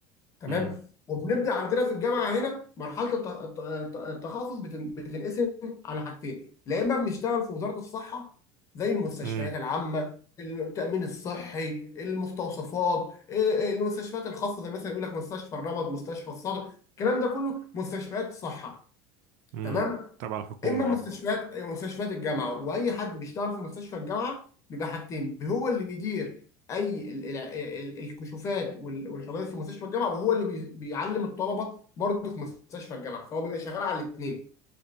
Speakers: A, on the left; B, on the right.
A: تمام؟
B: مم.
A: وبنبدأ عندنا في الجامعة هنا مرحلة الت- الت- الت- التخصص بتن- بتنقسم على حاجتين، لا إما بنشتغل في وزارة الصحة زي المستشفيات
B: مم.
A: العامة، التأمين الصحي، المستوصفات، إيه، المستشفيات الخاصة زي مثلا يقول لك مستشفى الرمد، مستشفى الصدر، الكلام ده كله مستشفيات صحة.
B: مم.
A: تمام
B: تبع الحكومة
A: اما
B: يعني
A: مستشفيات مستشفيات الجامعه واي حد بيشتغل في مستشفى الجامعه بيبقى حاجتين هو اللي بيدير اي ال- ال- ال- الكشوفات وال- والحاجات في مستشفى الجامعه وهو اللي بي- بيعلم الطلبه برضه في مستشفى الجامعه فهو بيبقى شغال على الاثنين